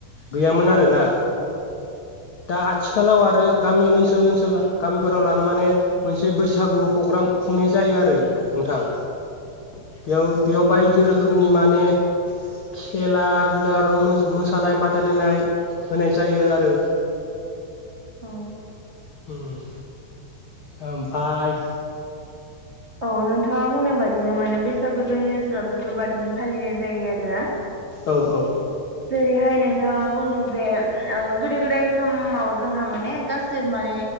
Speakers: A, on the left; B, on the right.
A: गैयामोन आरोना।
B: <unintelligible>
A: दा आथिखालाव आरो गामि, ओनसोल-ओनसोल गामिफोराव लानो माने मोनसे बैसागु पग्राम। खुंनाय जायो आरो नोंथां।
B: <unintelligible>
A: बेयाव-बेयाव बायदि रोखोमनि माने। खेला-दुला आर' मो-मोसानाय बादायलायनाय होनाय जायो आरो।
B: अ।
A: ओम ओमफाय।
B: औ नोंथाङा बुंनाय बादिनो माने बैसागु जोंनि ओनसोलाव बेफोरबादिनो फालिनाय जायो आरो ना?
A: औ-औ।
B: जेरैहाय नोंथाङा बुंदों जे ओ गोदो-गोदाय समाव जोंहा माने गासिबो माने।